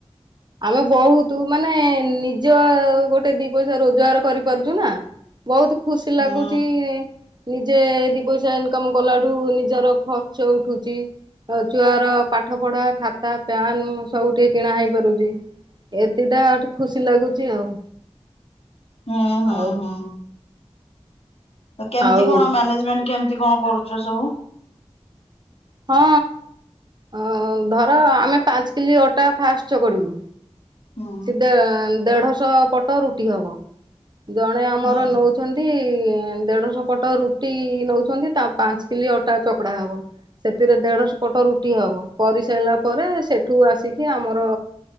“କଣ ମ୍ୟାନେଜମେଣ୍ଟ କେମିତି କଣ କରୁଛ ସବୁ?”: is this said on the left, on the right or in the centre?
Left